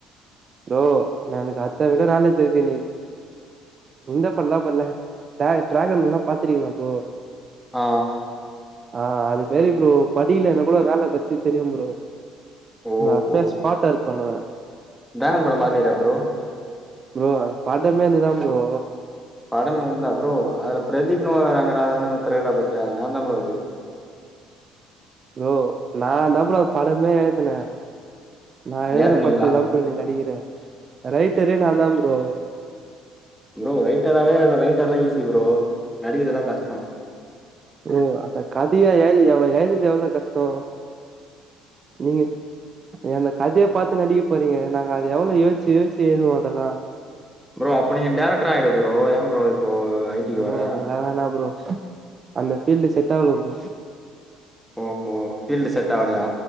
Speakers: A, on the right; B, in the centre.
A: ப்ரோ எனக்கு அத்தவிட நாலேஜ் இருக்கு நீ இந்த படலா படல டிராகன்ல்லா பாத்துருங்கீங்களா ப்ரோ
B: ஆ
A: ஆ அது சேரி ப்ரோ படிகலனா கூட வேலய பத்தி தெரியு ப்ரோ
B: ஓஹோ
A: அப்ப ஸ்பாட் ஒர்க் பண்ணுவே
B: ட்ராகன் படோ பாத்துருக்கியா ப்ரோ
A: ப்ரோ அது படமே என்துதா ப்ரோ
B: படமே உன்தா ப்ரோ அதுல பிரதீப்புனு ஒரு ரங்கநாதனு ஒருத்தரு இருக்காரு பாத்தியா நா தா ப்ரோ அது
A: ப்ரோ நாந்தா ப்ரோ அது படமே எழுதுனே நா எழுதுன
B: ஏத்துனீங்களா
A: படத்துல தா ப் நீ நடிக்கிற ரைட்டரே நாந்தா ப்ரோ
B: ப்ரோ ரைட்டராவே ரைட்டர்லா ஈஸி ப்ரோ நடிக்கிறதுதா கஷ்டோ
A: ப்ரோ கதையா ஏது எதுரது எவ்ளோ கஷ்டோ நீங்க நீங்க அந்த கதையை பாத்து நடிக்க போரிங்க நாங்க அது எவ்வளோ யோஸ்ச்சி யோஸ்ச்சி எதுவோ அதெல்லா
B: ப்ரோ அப்போ நீங்க டைரக்டர் ஆயிடு ப்ரோ ஏ ப்ரோ இப்போ ஐ டிக்கு
A: ப்ரோ
B: வர
A: அதெல்லா வேணா ப்ரோ அந்த பீல்டு செட் ஆவல ப்ரோ
B: ஓஹோ பீல்டு செட் ஆவலயா